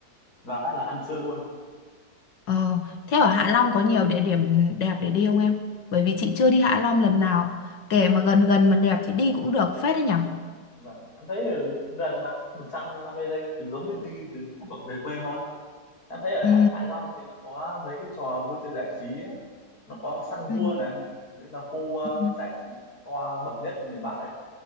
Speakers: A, on the left; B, on the left.
A: và phát là ăn trưa luôn
B: Ờ, thế ở Hạ Long có nhiều địa điểm đẹp để đi không em? Bởi vì chị chưa đi Hạ Long lần nào. Kể mà gần gần mà đẹp thì đi cũng được phết đấy nhở?
A: vâng em thấy ở gần mà một trăm năm mươi giây từ giống như đi từ Hà Nội về quê thôi em thấy ở
B: Ừ.
A: Hạ Long thì nó có mấy cái trò vui chơi giải trí ấy. nó có Sun Gua
B: Ừ.
A: này đấy là khu ờ,
B: Ừ.
A: giải trí toa bậc nhất miền Bắc ấy